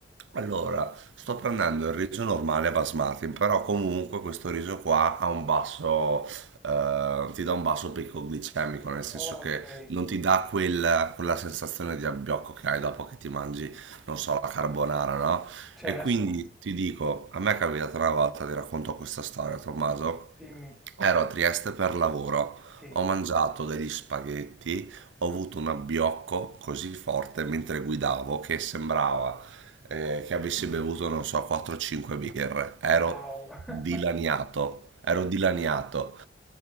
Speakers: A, on the right; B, in the centre.
A: Allora, sto prendendo il riso normale basmati, però comunque questo riso qua ha un basso, eh, ti dà un basso picco glicemico, nel
B: Ok,
A: senso che non ti dà quel- quella sensazione di abbiocco che hai dopo che ti mangi, non so, la carbonara, no?
B: certo,
A: E quindi ti dico, a me è capitata una volta, ti racconto questa storia, Tommaso,
B: dimmi,
A: ero a Trieste per lavoro,
B: sì.
A: ho mangiato degli spaghetti, ho avuto un abbiocco così forte mentre guidavo che sembrava eh, che avessi bevuto, non so, 4-5 birre. Ero
B: Wow.
A: dilaniato,
B: <laughs>
A: ero dilaniato.